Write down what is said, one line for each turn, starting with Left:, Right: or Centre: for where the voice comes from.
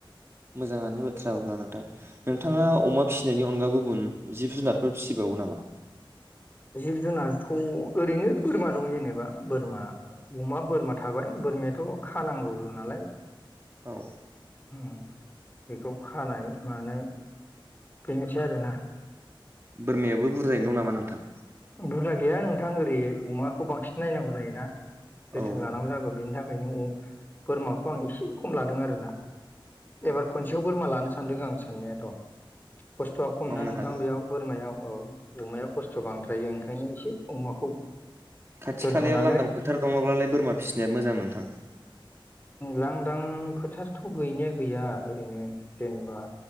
Right: मोजाङानो बाथ्रा अब्ला नोंथां नोंथाङा अमा फिसिनायनि अनगा गुबुन जिब जुनारफोर फिसिबावो नामा
Left: जिब जुनारथ' ओरैनो बोरमा दं जेनेबा बोरमा अमा बोरमा थाबाय बोरमायाथ' खानांगौल' नालाय
Right: औ
Left: उम बेखौ खानाय मानाय बेनोसै आरोना
Right: बोरमायाबो बुरजायै नं नामा नोंथां
Left: बुरजा गैया नोंथां ओरै अमाखौ बांसिन नायनांगौ जायोना जोथोन
Right: औ
Left: लानांगौ
Right: औ
Left: जागौ बेनो बेनि थाखायनो अ बोरमाखौ आं एसे खम लादों आरोना एबार खनसेयाव बोरमा लानो सानदों आं साननायाथ' खस्थ'आ खमना
Right: मावनो
Left: नोंथां
Right: हागोन
Left: बेयाव बोरमायाव औ अमाया खस्थ' <unintelligible> <unintelligible> ओंखायनो एसे अमाखौ
Right: खाथि
Left: दोनथ'नानै
Right: खालायाव लांदां फोथार दङब्लालाय बोरमा फिसिनाया मोजां नोंथां
Left: लांदां फोथारथ' गैनाया गैया ओरैनो जेनेबा